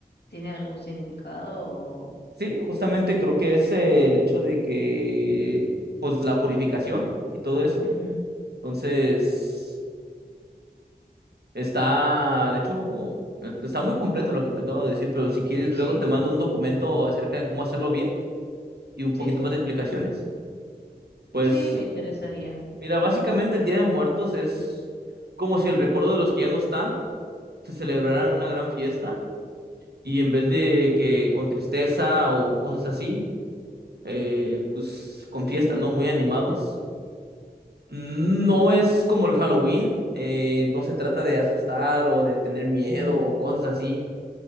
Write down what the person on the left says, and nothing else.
¿Tiene algún significado? O...
Ujú,
Sí,
sí,
sí.
Sí, me interesaría.
No,
no,